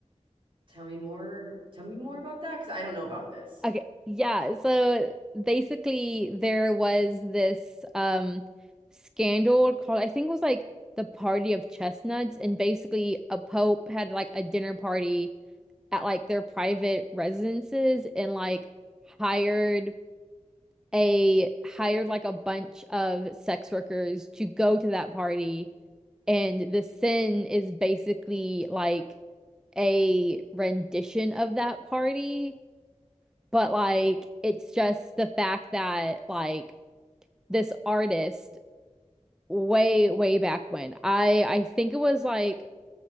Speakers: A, on the right; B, in the centre.
A: tell me more tell me more about that, because I don't know about this.
B: Okay, yeah, so basically there was this um scandal called I think it was like the Party of Chestnuts, and basically a pope had like a dinner party at like their private residences and like hired a hired like a bunch of sex workers to go to that party and the sin is basically like a rendition of that party but like it's just the fact that like this artist way way back when I I think it was like